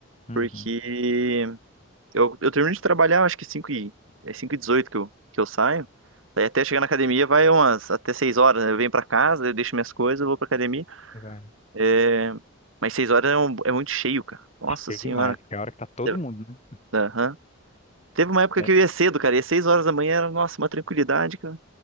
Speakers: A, on the left (about 30°); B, on the right (about 75°).
A: Uhum.
B: Porque eu, eu termino de trabalhar, acho que cinco e, é 5 e 18 que eu, que eu saio. Daí até chegar na academia vai umas até 6 horas, né? Eu venho pra casa, eu deixo minhas coisas, eu vou pra academia.
A: E vai.
B: É, Mas seis horas é, um- é muito cheio, cara. Nossa
A: É
B: senhora.
A: demais, porque é a hora que tá todo
B: Te-
A: mundo, né?
B: Aham. Teve uma época
A: É.
B: que eu ia cedo, cara. E às seis horas da manhã era, nossa, uma tranquilidade, cara.